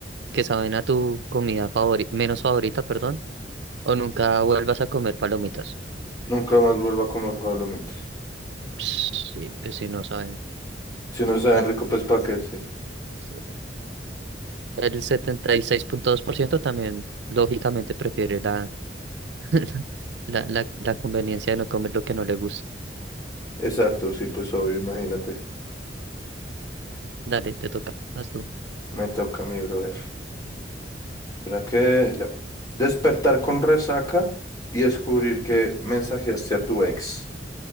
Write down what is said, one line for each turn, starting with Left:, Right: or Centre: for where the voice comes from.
Right: que saben a tu comida favorita, menos favorita, perdón, o nunca vuelvas a comer palomitas.
Left: Nunca más vuelva a comer Pablomitas.
Right: Sí, pues si no saben.
Left: Si no saben
Right: a la
Left: rico,
Right: co-
Left: pues para qué, sí.
Right: sí. El setenta y seis punto dos por ciento también, lógicamente, prefiere la, <laughs> la, la, la conveniencia de no comer lo que no le gusta.
Left: Exacto, sí, pues obvio, imagínate.
Right: Dale, te toca, vas tú.
Left: Me toca a mí, brother. ¿Para qué? Ya. Despertar con resaca y descubrir que mensajeaste a tu ex.